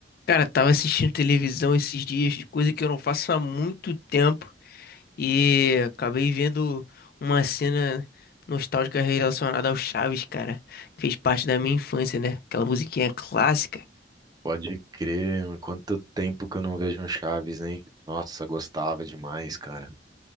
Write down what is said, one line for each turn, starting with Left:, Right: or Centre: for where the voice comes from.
Left: Cara, tava assistindo televisão esses dias, coisa que eu não faço há muito tempo, e acabei vendo uma cena nostálgica relacionada ao Chaves, cara. Fez parte da minha infância, né? Aquela musiquinha clássica.
Right: Pode crer, mano. quanto tempo que eu não vejo um Chaves, hein? Nossa, gostava demais, cara. O